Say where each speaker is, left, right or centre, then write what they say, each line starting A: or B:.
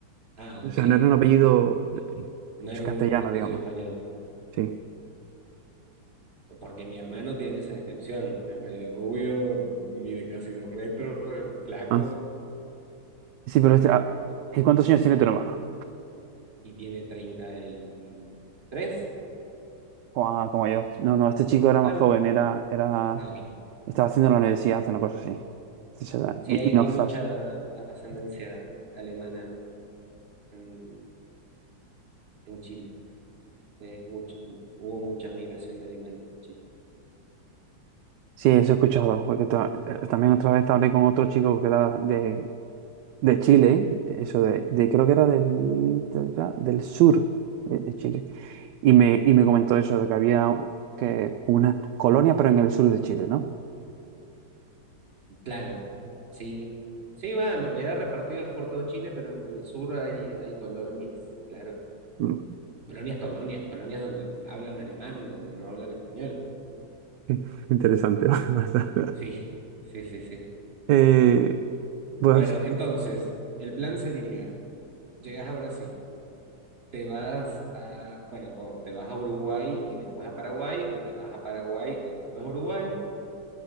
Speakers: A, on the right (about 30°); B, on the right (about 75°).
A: ah,
B: o
A: ok,
B: sea, no era un apellido eh,
A: no
B: pues,
A: era
B: castellano,
A: un, un apellido
B: digamos.
A: español.
B: Sí.
A: Porque mi hermano tiene esa descripción, es medio rubio, mide casi dos metros, es flaco,
B: Ah, sí, pero
A: eh,
B: este, ah, ¿y ¿cuántos años tiene tu hermano?
A: y tiene treinta y tres
B: Ah, como yo. No, no, este chico era
A: claro.
B: más joven, era, era,
A: Ah, ok.
B: estaba haciendo la universidad, una cosa así. Sí, se
A: Sí,
B: Y,
A: hay,
B: y
A: hay
B: no fas.
A: mucha ascendencia alemana en, en Chile. Eh, mucho- hubo mucha migración de alemanes a Chile.
B: Sí, eso he escuchado, porque ta- eh, también otra vez hablé con otro chico que era de, de Chile, eso de, de- creo que era del, de- era del sur de, de Chile, y me, y me comentó eso, de que había un- que una colonia, pero en el sur de Chile, ¿no?
A: Claro, sí. Sí, va, en realidad repartidos por todo Chile, pero en el sur hay, hay colonias, claro.
B: Mm,
A: Colonias, colonias, colonias donde hablan alemán, donde no hablan español.
B: <laughs> Interesante. <laughs> ¿verdad?
A: Sí, sí, sí, sí.
B: Eh, pues
A: Bueno, entonces, el plan sería, llegas a Brasil, te vas a, bueno, o te vas a Uruguay y después a Paraguay, o te vas a Paraguay y después a Uruguay,